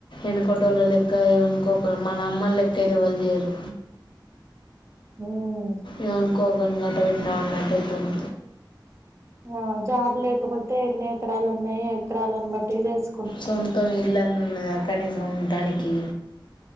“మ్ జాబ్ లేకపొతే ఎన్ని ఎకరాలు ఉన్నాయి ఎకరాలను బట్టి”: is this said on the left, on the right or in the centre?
Right